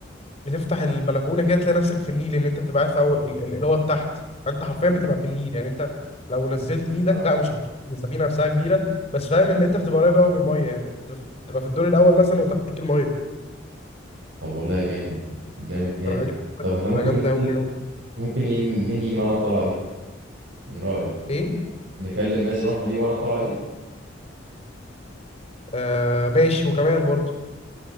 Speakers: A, on the left; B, on the right.
A: بتفتح البلكونه كده تلاقي نفسك في النيل ان انت بتبقى قاعد في اول ال- ال- الاوض تحت فانت حرفيا بتبقى في النيل يعني انت لو نزلت ايدك
B: آه.
A: لا مش هتطوف السفينه نفسها كبيره بس فاهم ان انت بتبقى قريب قوي من الميه يعني انت بتبقى في الدور الاول مثلا وتحتيك الميه
B: طب والله جامد جامد جامد
A: انا عايز أقول
B: طب
A: لك
B: احنا
A: بتبقى
B: ممكن
A: جامده قوي
B: مين- ممكن ي- مين يجي معانا الطلعة دي من رأيك
A: ايه
B: نكلم مازن واحمد يجوا معانا الطلعة دي
A: آه ماشي وكمال برضو